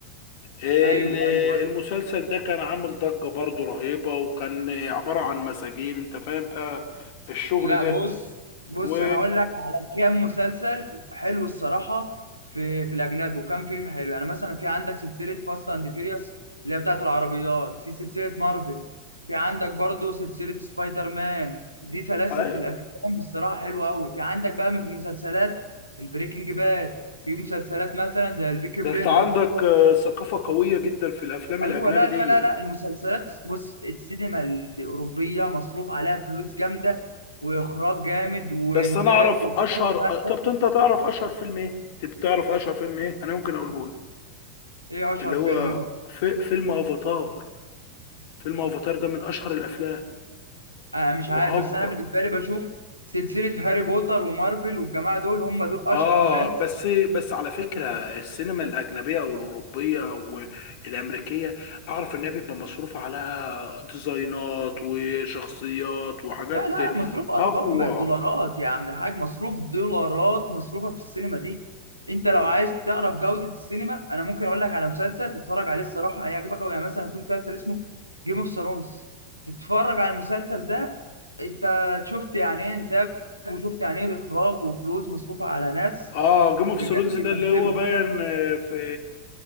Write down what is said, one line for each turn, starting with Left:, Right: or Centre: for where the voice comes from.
Left: ال-
Right: ايوه ايوه أيوه.
Left: المسلسل ده كان عامل ضجة برضو رهيبة وكان عبارة عن مساجين انت فاهم بقى الشغل
Right: لا
Left: ده
Right: بص بص
Left: و
Right: انا اقول لك على كام مسلسل حلو الصراحه في في الاجنبي وكام فيلم حلو يعني مثلا في عندك سلسله فاست اند فيريوس اللي هي بتاعت العربيات في سلسله مارفل في عندك برضو سلسله سبايدر مان دي سلاسل
Left: أيوة.
Right: في الافلام الصراحه حلوه قوي في عندك بقى من المسلسلات البريكنج باد في مسلسلات مثلا زي البيكي بليندرز
Left: ده انت عندك آه، ثقافة قوية جدا في الافلام الاجنبي
Right: ايوه لا
Left: دي
Right: لا لا لا المسلسلات بص السينما الاوروبيه مصروف عليها فلوس جامده واخراج جامد وانتاج
Left: بس انا اعرف
Right: وكل
Left: اشهر
Right: حاجه
Left: آه، طب انت تعرف اشهر فيلم ايه؟ طب تعرف اشهر فيلم ايه؟ انا ممكن اقوله لك
Right: ايه اشهر
Left: اللي هو
Right: فيلم
Left: في... فيلم افاتار فيلم افاتار ده من اشهر الافلام
Right: انا مش
Left: واكبر
Right: عارف بس انا بالنسبه لي بشوف سلسله هاري بوتر ومارفل والجماعه دول هم دول اشهر
Left: اه
Right: ناس
Left: بس بس على فكره السينما الاجنبيه او الاوروبيه والامريكيه اعرف انها بيبقى مصروف عليها ديزاينات وشخصيات وحاجات
Right: لا لا لا مصروف ارقام
Left: اقوى
Right: دولارات يا عم الحاج مصروف دولارات مصروفه في السينما دي انت لو عايز تعرف جوده السينما انا ممكن اقول لك على مسلسل تتفرج عليه الصراحه هيعجبك قوي يعني مثلا في مسلسل اسمه جيم اوف ثرونز اتفرج على المسلسل ده انت شفت يعني ايه انتاج وشفت يعني ايه اخراج وفلوس مصروفه على ناس
Left: اه جيم اوف
Right: بجد
Left: ثرونز
Right: بيمثلوا
Left: ده اللي هو باين آه، في